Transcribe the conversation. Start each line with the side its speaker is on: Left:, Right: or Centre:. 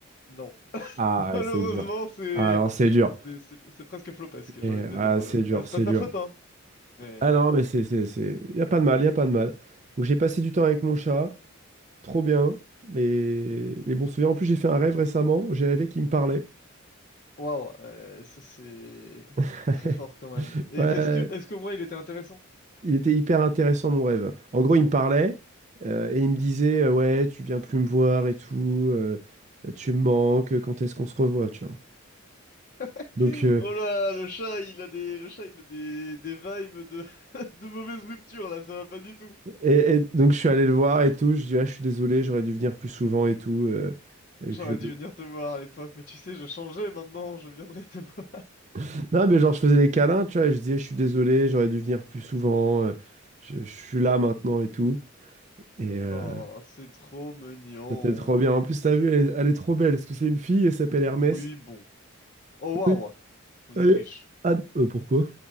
Left: Non.
Right: Ah,
Left: <laughs> Malheureusement,
Right: ouais, c'est dur.
Left: c'est...
Right: Ah non, c'est dur.
Left: C'est c'est- c'est presque flopesque, j'ai
Right: Eh,
Left: envie de te
Right: ah,
Left: dire. Malo.
Right: c'est dur,
Left: Ah, c'est
Right: c'est
Left: pas de
Right: dur.
Left: ta faute, hein. Mais
Right: Ah non, mais c'est, c'est, c'est... Y a pas de mal, y a pas de mal. Donc j'ai passé du temps avec mon chat, trop bien. Les, les bons souvenirs. En plus, j'ai fait un rêve récemment. J'ai rêvé qu'il me parlait.
Left: waouh, euh, ça c'est
Right: <laughs>
Left: très fort quand même. Et
Right: Ouais.
Left: est-ce que, est-ce qu'au moins il était intéressant?
Right: Il était hyper intéressant, mon rêve. En gros, il me parlait euh, et il me disait, euh, ouais, tu viens plus me voir et tout, euh, tu me manques, quand est-ce qu'on se revoit, tu vois.
Left: <laughs>
Right: Donc, euh,
Left: Oh là, le chat, il a des, le chat, il a des, des vibes de, <laughs> de mauvaise rupture là, ça va pas du tout.
Right: et, et donc, je suis allé le voir et tout. Je dis, ah, je suis désolé, j'aurais dû venir plus souvent et tout. euh, et
Left: J'aurais
Right: que je-
Left: dû venir te voir à l'époque, mais tu sais, je changeais maintenant, je viendrai te <laughs> voir.
Right: <laughs> Non, mais genre, je faisais les câlins, tu vois, et je disais, je suis désolé, j'aurais dû venir plus souvent, euh, je, je suis là maintenant et tout. Et euh,
Left: Oh, c'est trop mignon.
Right: c'était trop bien. En plus, t'as vu, elle, est elle est trop belle, parce que c'est une fille, elle s'appelle Hermès.
Left: Oui, bon. Oh waouh,
Right: Elle
Left: vous êtes
Right: est-
Left: riche.
Right: elle euh, pourquoi?